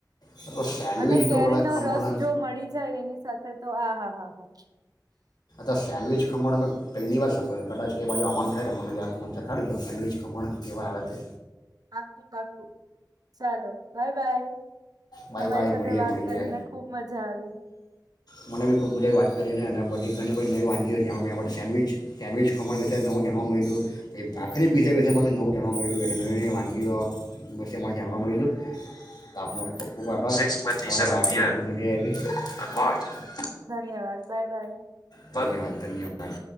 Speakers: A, on the left; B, on the right.
A: છે તો સેન્ડવિચ
B: અને
A: ઢોકળા
B: કેરી નો
A: ખમણ
B: રસ જો મળી જાય એની સાથે તો હા હા હા હા.
A: અ્ સેન્ડવિચ ખમણ અમે પહેલી વાર સાભળ્યું કદાચ એ બાજુ આવવાન થાય મને જ તો ચખાડીજો સેન્ડવીિચ કમણ એવા આવે તે.
B: પા ચાલો બાય બાય.
A: બાય
B: તમારી
A: બાય
B: સાથે
A: મળીએ
B: વાત
A: મળીએ
B: કરીને ખુબ મજા આવી.
A: મને બી ખૂબ મજા આવી વાત કરીને અને બધી ઘણી બધી નવી વાગી સેન્ડવિચ સેન્ડવિચ ખમણ વિશે નવું જાણવા મળલ્યું. એ ભખરી પીઝા વિ છે મને નવ જાવા મળલ નવી વાનગીઓ જાણવા મળલ આપનો ખૂબ આભાર ખબ મજા આવી. <inaudible>
B: ધન્યવાદ બાય બાય.
A: ધન્યવાદ ધન્યવાદ.